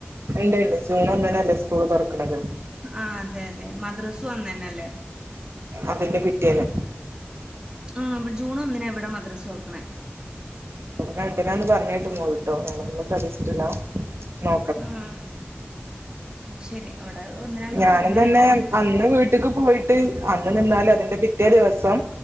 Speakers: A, on the right; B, on the right.
A: ഉണ്ട് ഉണ്ട് ജൂൺ ഒന്നിനല്ലേ സ്കൂൾ തുറക്ക്‌ണത്
B: ആഹ് അതെ അതെ മദ്രസ്സും അന്ന് തന്നെല്ലേ
A: അതിന്റെ പിറ്റേന്ന്
B: ആഹ് ഇവി ജൂൺ ഒന്നിനാ ഇവിടെ മദ്രസ് തൊർക്ക്‌ണ
A: രണ്ടിലാന്ന് പറഞ്ണ്ട് മോൾ ട്ടൊ ഞാൻ അങ്ങനെ ശ്രദ്ധിച്ചിട്ടില്ല നോ
B: ആഹ് ശരി ഇവിടെ ഒന്നിനാന്നാ
A: ഞാനും
B: പറയണ
A: തന്നെ
B: കേട്ടെ.
A: അന്ന് വീട്ട്ക്ക് പോയിട്ട് അന്ന് നിന്നാലും അതിന്റെ പിറ്റേ ദിവസം